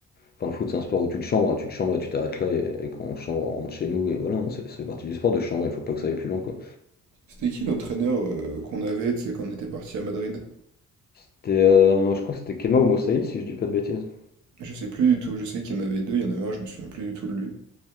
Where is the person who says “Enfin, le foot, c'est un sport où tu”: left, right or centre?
Left